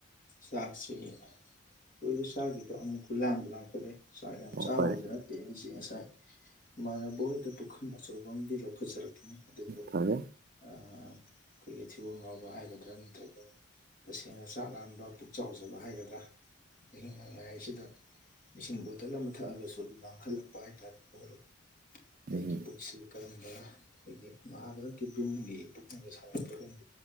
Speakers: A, on the left; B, on the right.
A: ꯆꯥꯛꯁꯤ ꯀꯨꯏꯔꯦ ꯆꯥꯈꯤꯕ ꯑꯃꯨꯛꯄꯨ ꯂꯥꯝꯕꯨ ꯂꯥꯝꯈꯠꯂꯛꯑꯦ ꯁꯥꯛ ꯌꯥꯝ
B: ꯑꯣ
A: ꯆꯥꯕꯕꯨꯗꯤ
B: ꯐꯔꯦ
A: ꯅꯠꯇꯦ ꯑꯩꯁꯦ ꯉꯁꯥꯏ ꯏꯃꯥꯟꯕꯍꯣꯏꯗ ꯄꯨꯈꯝ ꯑꯆꯧꯕꯝꯗꯤ ꯂꯧꯈꯠꯔꯛ ꯅꯤ ꯑꯗꯨꯕꯨ
B: ꯐꯔꯦ
A: ꯑ ꯑꯩꯈꯣꯏꯒꯤ ꯊꯤꯕꯣꯡ ꯉꯥꯎꯕ ꯍꯥꯏꯒꯗ꯭ꯔ ꯅꯠꯇ꯭ꯔꯒ ꯇꯁꯦꯡꯅ ꯆꯥꯛ ꯂꯥꯝꯕ ꯄꯨꯛ ꯆꯥꯎꯖꯕ ꯍꯥꯏꯒꯗ꯭ꯔ ꯑꯍꯤꯡꯅꫭꯡꯌꯥꯏꯁꯤꯗ ꯏꯁꯤꯡ ꯕꯣꯇꯜ ꯑꯃ ꯊꯛꯑꯒꯁꯨ ꯂꯥꯝꯈꯠꯂꯛꯄ ꯍꯥꯏꯇꯥꯔꯦ ꯍꯧꯒꯠ ꯑꯩꯒꯤ
B: ꯎꯝ
A: ꯄꯨꯛꯁꯤ ꯀꯔꯝꯕ ꯑꯩꯈꯣꯏꯒꯤ ꯃꯍꯥꯚꯥꯔꯠꯀꯤ ꯚꯤꯝꯒꯤ ꯄꯨꯛꯅꯒ ꯁꯥꯥꯔꯛꯄ꯭ꯔꯈꯪꯗꯦ